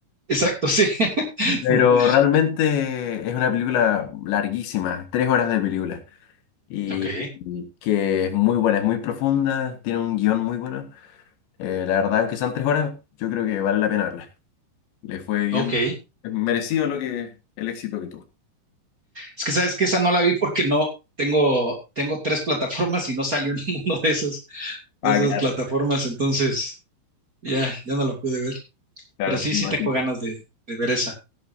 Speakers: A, on the right; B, on the left.
A: Exacto, sí. <laughs>
B: Pero realmente es una película larguísima, tres horas de película, y,
A: Ok,
B: y que es muy buena, es muy profunda, tiene un guión muy bueno. Eh, la verdad, aunque sean tres horas, yo creo que vale la pena verla. Le fue bien,
A: ok.
B: es merecido lo que, el éxito que tuvo.
A: Es que sabes que esa no la vi porque no tengo, tengo tres plataformas y no salió <laughs> ninguno de esas, de
B: Ah,
A: esas
B: claro,
A: plataformas, entonces ya, ya no la pude ver.
B: claro,
A: Pero sí,
B: me
A: sí
B: imagino,
A: tengo ganas de, de ver esa.